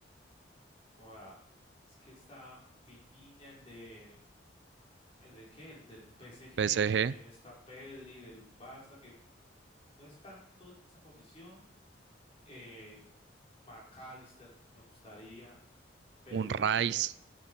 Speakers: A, on the left; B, on the right.
A: ahora, es que está Vitinha, el de, el de qué, el del PSG,
B: PSG,
A: también está Pedri del Barça, que no es tanto esa posición. Eh, McAllister, me gustaría. Pero
B: un
A: yo creo
B: Rice.
A: que,